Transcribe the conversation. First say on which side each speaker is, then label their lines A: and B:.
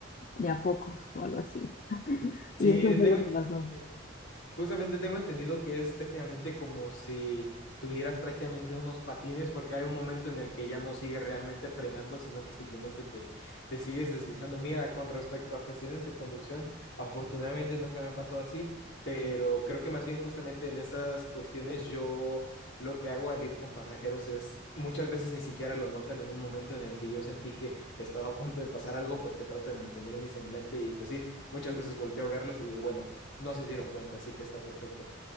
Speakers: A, on the left; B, on the left.
A: de a pocos o algo así. <laughs>
B: Sí,
A: Y eso fue
B: tengo.
A: lo que pasó.
B: sí. Justamente tengo entendido que es técnicamente como si tuvieras prácticamente unos patines, porque hay un momento en el que ya no sigue realmente frenando, sino que simplemente te, te sigues deslizando. Mira, con respecto a cuestiones de conducción, afortunadamente nunca me ha pasado así, pero creo que más bien justamente en esas cuestiones yo lo que hago al ir con pasajeros es muchas veces ni siquiera lo notan en un momento en el que yo sentí que estaba a punto de pasar algo porque trato de mantener mi semblante y pues sí, muchas veces volteo a verlos y digo, bueno no se dieron cuenta, así que está perfecto.